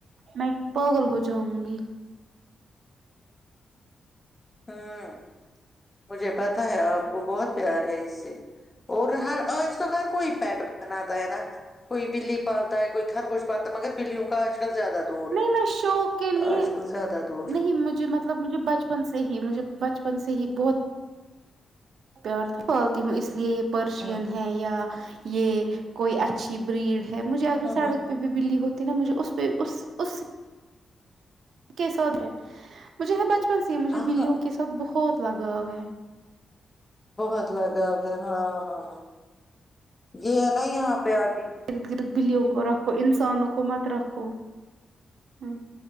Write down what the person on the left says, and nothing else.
ہ مجھے پتا ہے آپ کو بہت پیار ہے اس سے اور ہر آج تو ہر کوئی پیٹ بناتا ہے نا کوئی بلی پالتا ہے کوئی گر کچھ پالتا ہے مگر بلیوں کا آج کل زیادہ دور
ہے
آج کل زیادہ دور
ہاں
ہاں
ہاں
بہت لگاؤ ہے ہاں ہاں یہ ہے نا یہاں پہ آ